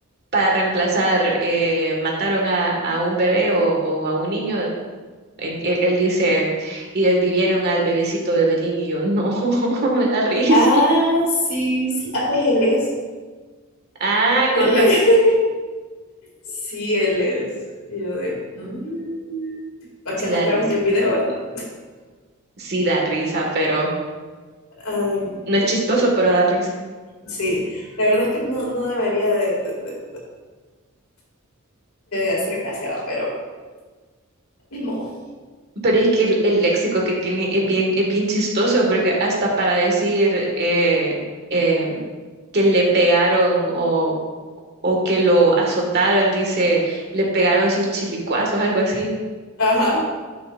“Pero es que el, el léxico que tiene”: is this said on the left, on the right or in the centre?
Right